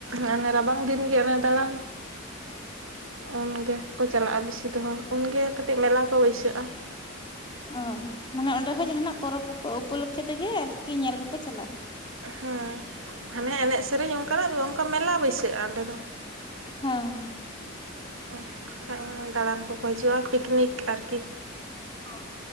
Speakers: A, on the right (about 80°); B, on the left (about 25°).
A: ᱦᱮᱸ ᱨᱟᱵᱟᱝ ᱫᱤᱱ ᱜᱮ ᱚᱱᱮ ᱫᱟᱬᱟᱱ
B: <inaudible>
A: ᱩᱱ ᱜᱮᱠᱚ ᱪᱟᱞᱟᱜᱼᱟ, ᱵᱮᱥᱤ ᱫᱚ ᱦᱚᱲ ᱩᱱᱜᱮ ᱠᱟᱹᱴᱤᱡ ᱢᱮᱞᱟ ᱠᱚ ᱵᱟᱹᱭᱥᱟᱹᱜᱼᱟ ᱾
B: ᱚ ᱢᱟᱱᱮ ᱚᱸᱰᱮ ᱦᱚᱸ ᱡᱟᱦᱟᱱᱟᱜ ᱯᱚᱨᱚᱵᱽ ᱠᱚ ᱩᱯᱚᱞᱚᱠᱷᱮ ᱛᱮᱜᱮ ᱟᱨᱠᱤ ᱧᱮᱞ ᱠᱚᱠᱚ ᱪᱟᱞᱟᱜᱼᱟ ᱾
A: ᱦᱮᱸ ᱦᱟᱱᱮ ᱮᱱᱮᱡ ᱥᱮᱨᱮᱧ ᱚᱱᱠᱟᱱᱟᱜ ᱚᱱᱠᱟ ᱢᱮᱞᱟ ᱵᱟᱹᱭᱥᱟᱹᱜᱼᱟ ᱚᱸᱰᱮ ᱫᱚ
B: ᱦᱮᱸ ᱾
A: <unintelligible> ᱫᱟᱬᱟᱱ ᱠᱚᱠᱚ ᱦᱤᱡᱩᱜᱼᱟ ᱯᱤᱠᱱᱤᱠ ᱟᱨᱠᱤ
B: ᱚ